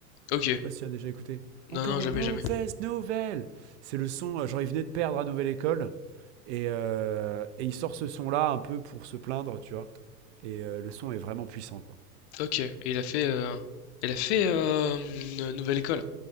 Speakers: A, on the left; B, on the right.
A: OK.
B: Je sais pas si tu as déjà écouté. Encore
A: Non, non,
B: une
A: jamais,
B: mauvaise
A: jamais.
B: nouvelle C'est le son, euh, genre il venait de perdre à Nouvelle École et, euh, et il sort ce son-là un peu pour se plaindre, tu vois. Et euh, le son est vraiment puissant, quoi.
A: OK et il a fait, heu, il a fait, euh, une Nouvelle École?